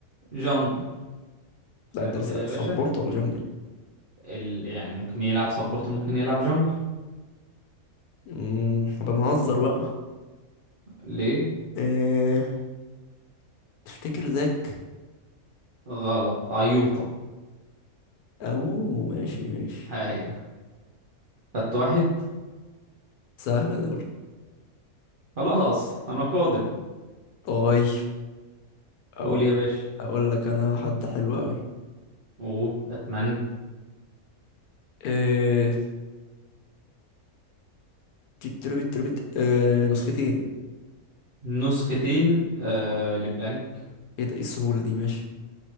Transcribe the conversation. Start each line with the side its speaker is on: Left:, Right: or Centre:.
Right: جونجل
Left: لا
Right: حلو
Left: انت لسه
Right: كده يا
Left: سبورت
Right: باشا
Left: ولا جنجل
Right: ال... يعني ممكن يلعب سبورت ممكن يلعب جونجل
Left: امم بنهزر بقى
Right: ليه
Left: إيه تفتكر ذاك
Right: غلط عيوطة
Left: أمومو ماشي ماشي
Right: هاي خدت واحد
Left: سهلة دولي
Right: خلاص انا قادم
Left: طيب أقول,
Right: قول يا باشا
Left: أقول لك أنا حد حلو أوي
Right: قول اتمنى
Left: إيه... تربت تربت إيه... نسختين
Right: نسختين آه
Left: أوه.
Right: لبلانك
Left: إيه ده إيه السهولة دي ماشي